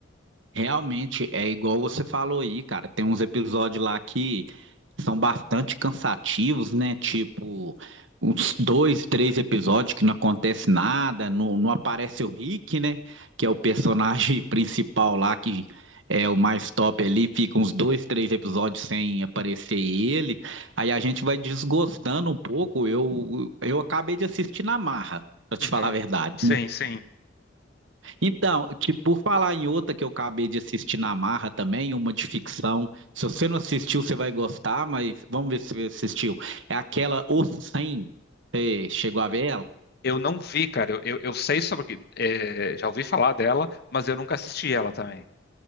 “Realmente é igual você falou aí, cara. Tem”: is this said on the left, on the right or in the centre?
Right